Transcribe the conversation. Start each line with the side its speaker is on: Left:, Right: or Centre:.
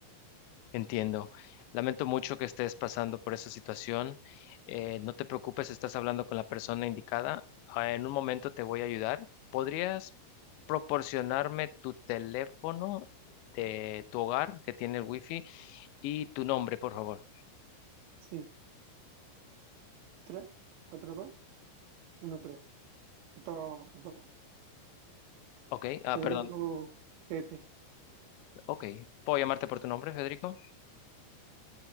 Left: Entiendo. Lamento mucho que estés pasando por esa situación. Eh, no te preocupes, estás hablando con la persona indicada. Ah, En un momento te voy a ayudar. ¿Podrías proporcionarme tu teléfono de tu hogar que tiene el wifi y tu nombre, por favor?
Right: Sí, 611, 23, 42, 13, 2, 2.
Left: Ok, ah,
Right: Federico
Left: perdón.
Right: Pepe.
Left: Ok, ¿puedo llamarte por tu nombre, Federico?